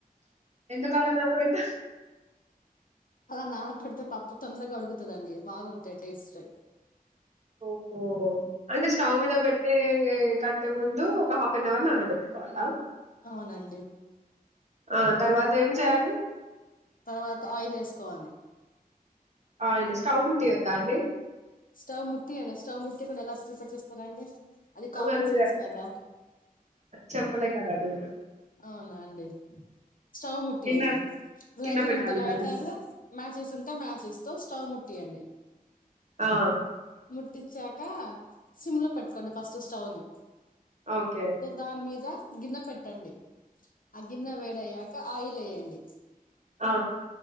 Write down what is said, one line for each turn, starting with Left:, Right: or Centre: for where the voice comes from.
Right: ఎందుకాడోర్ పెట్ట
Left: అవునా పప్పు తొందరగా ఉడుకుతాదండీ బాగుంటది టెస్ట్
Right: ఓహో అంటే స్టవ్ మీద పెట్టే కంటే ముందు హాఫ్ అన్ అవర్ నాన పెట్టుకోవాలా
Left: అవునండి
Right: ఆ తర్వాత ఏం చేయాలి.
Left: తర్వాత ఆయిల్ ఎసుకోవాలి
Right: ఆయిల్ స్టవ్ ముతి తీయద్దా అండి
Left: స్టవ్ ముట్టి యండి స్టవ్ ముట్టికుండా ఎలా ప్రిపేర్ చేస్తారు అండి అది కామన్
Right: మరి
Left: సెన్స్ కదా
Right: చెప్పలే కదండి మీరు
Left: అవునా అండి స్టవ్ ముట్టి
Right: గిన్నె
Left: అండి లైటర్
Right: గిన్నె పెట్టాలి
Left: ఉంటే లైటర్
Right: కదా
Left: మ్యాచెస్ ఉంటే మ్యాచెస్ తో స్టవ్ ముట్టియండి
Right: ఆ
Left: ముట్టిచ్చాక సిమ్ లో పెట్టుకోండి ఫస్ట్ స్టవ్ ని
Right: ఓకే
Left: దాని మీద గిన్నె పెట్టండి ఆ గిన్నె వేడయ్యాక ఆయిల్ ఏయండి
Right: ఆ